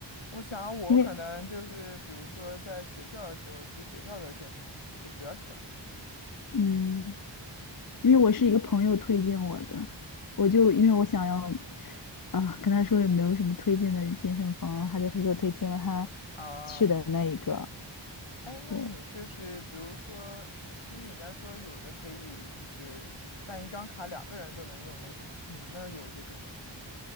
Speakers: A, on the left (about 80°); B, on the left (about 45°).
A: 我想我可能就是，
B: 因为
A: 比如说在学校的时候去学校的健身房就比较小
B: 嗯，因为我是一个朋友推荐我的，我就因为我想要啊、跟他说有没有什么推荐的健身房，然后他就他给我推荐了他
A: 啊。
B: 去的那一个，
A: 哎，那你就是比如说，
B: 对，
A: 我听人家说有的可以就是办一张卡，两个人都能用那种，你们那儿有这种？吗？